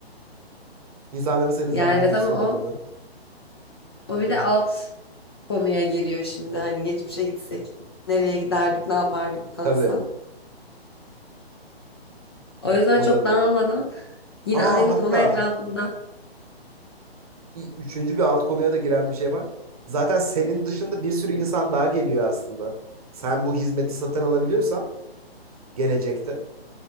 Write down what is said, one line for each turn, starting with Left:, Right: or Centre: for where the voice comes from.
Right: <laughs> İnsanların senin zaman
Left: Ya evet
Right: yolcusu
Left: ama
Right: olmadığını.
Left: o o bir de alt konuya giriyor şimdi hani geçmişe gitsek nereye giderdik ne yapardıktansa.
Right: Tabii
Left: O yüzden
Right: o
Left: çok
Right: da doğru.
Left: dağılmadan yine
Right: Aa
Left: aynı
Right: hatta
Left: konu etrafında
Right: i- üçüncü bir alt konuya da giren bir şey var. Zaten senin dışında bir sürü insan daha geliyor aslında. Sen bu hizmeti satın alabiliyorsan gelecekte.